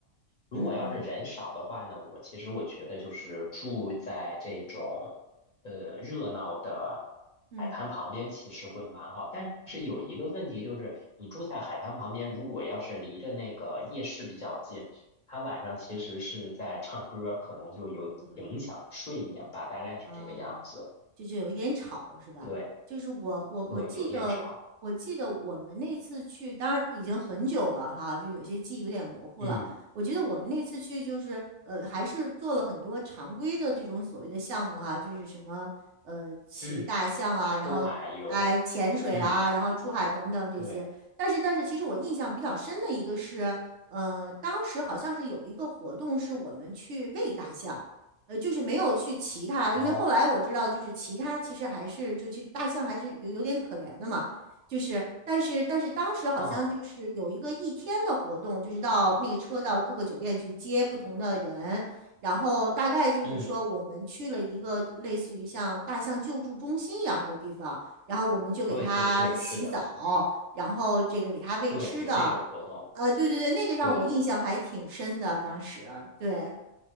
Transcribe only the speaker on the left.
如果要是人少的话呢，
我其实我觉得就是住在这种呃热闹的
海滩旁边，其实会蛮好。但是有一个问题就是，你住在海滩旁边，如果要是离着那个夜市比较近，它晚上其实是在唱歌，可能就有影响睡眠吧，
大概是这个样子。
对
对，有烟潮。
嗯
嗯，
出海游。嗯，
对。
哦，
嗯
嗯，
对对对，是的。
对，有这种活动。
对，